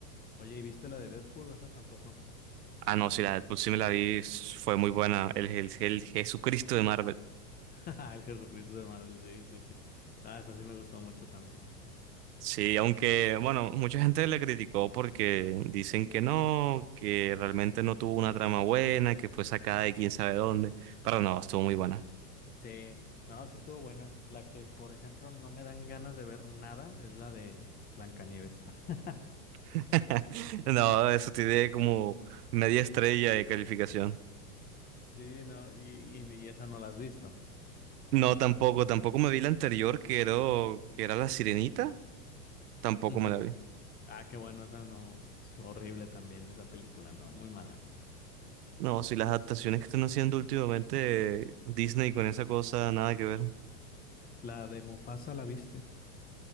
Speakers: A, on the left; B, on the right.
A: Oye, ¿y viste la de Deadpool o esa tampoco?
B: Ah, no, sí, la de Deadpool sí me la vi, s- fue muy buena, el, el, el Jesucristo de Marvel.
A: <laughs> El Jesucristo de Marvel, sí, sí, sí. Ah, esa sí me gustó mucho también.
B: Sí, aunque, bueno, mucha gente le criticó porque dicen que no, que realmente no tuvo una trama buena, que fue sacada de quién sabe dónde, pero no, estuvo muy buena.
A: Sí, no, sí estuvo buena. La que, por ejemplo, no me dan ganas de ver nada es la de Blancanieves. <laughs>
B: <laughs> No,
A: Mm.
B: eso tiene como media estrella de calificación.
A: Sí, no, y, y, y esa no la has visto.
B: No, tampoco, tampoco me vi la anterior que era, que era La Sirenita, tampoco
A: Ujú.
B: me la vi.
A: Ah, qué bueno, esa no, es horrible también, esa película, no, muy mala.
B: No, si las adaptaciones que están haciendo últimamente Disney con esa cosa, nada que ver.
A: La de Mufasa, ¿la viste?